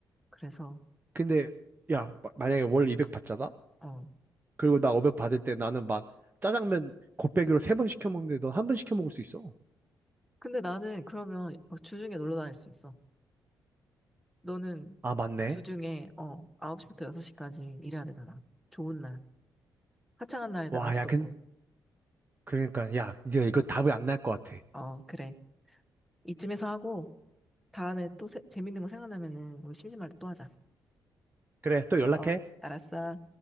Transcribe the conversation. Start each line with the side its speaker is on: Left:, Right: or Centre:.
Centre: 그래서,
Right: 근데 야 마- 만약에 월 200 받잖아?
Centre: 어.
Right: 그리고 나 500 받을 때 나는 막 짜장면 곱빼기로 세 번 시켜 먹는데 넌 한 번 시켜 먹을 수 있어.
Centre: 근데 나는 그러면 막 주중에 놀러 다닐 수 있어. 너는
Right: 아 맞네.
Centre: 주중에, 어, 9시부터 6시까지 일해야 되잖아. 좋은 날. 화창한 날에 나갈
Right: 와
Centre: 수도
Right: 야 근
Centre: 없고.
Right: 그러니까 야 이제 이거 답이 안 날 것 같아.
Centre: 어, 그래. 이쯤에서 하고, 다음에 또 세- 재밌는 거 생각나면은 우리 심심할 때 또 하자.
Right: 그래 또 연락해.
Centre: 어, 알았어.